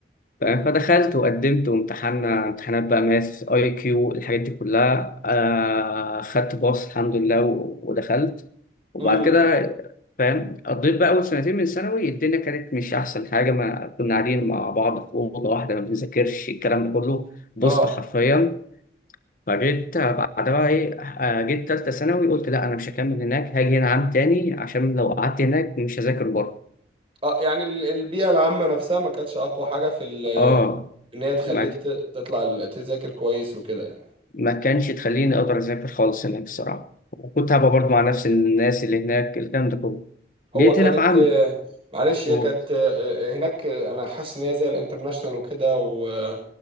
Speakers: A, on the left; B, on the right.
A: فاهم؟ فدخلت وقدمت وامتحنا امتحانات بقى ماس اي كيو الحاجات دي كلها آه خدت باص الحمد لله و- ودخلت وبعد
B: امم
A: كده فاهم قضيت بقى اول سنتين من ثانوي الدنيا كانت مش احسن حاجه ما كنا قاعدين مع بعض في اوضه واحده ما بنذاكرش الكلام ده كله بوست
B: اه
A: حرفيا فجيت بعدها بقى ايه آه، جيت تالتة ثانوي قلت لا انا مش هكمل هناك هاجي هنا عام تاني عشان لو قعدت هناك مش هذاكر بره
B: اه يعني ال- البيئة العامة نفسها ما كانتش أقوى حاجة في ال-
A: اه
B: إن هي تخليك
A: ما
B: ت- تطلع ال- تذاكر كويس وكده يعني
A: ما كانش تخليني اقدر اذاكر خالص هناك الصراحة وكنت هبقى برضه مع نفس الناس اللي هناك الكلام ده كله
B: هو
A: جيت
B: كانت
A: هنا في عام
B: آه، معلش هي
A: و...
B: كانت آه، هناك آه، أنا حاسس إن هي زي الانترناشنال وكده و-